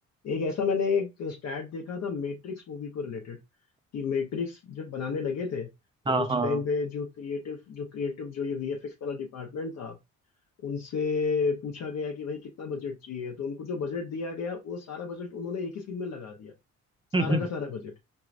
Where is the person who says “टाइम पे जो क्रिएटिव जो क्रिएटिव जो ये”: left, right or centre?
Left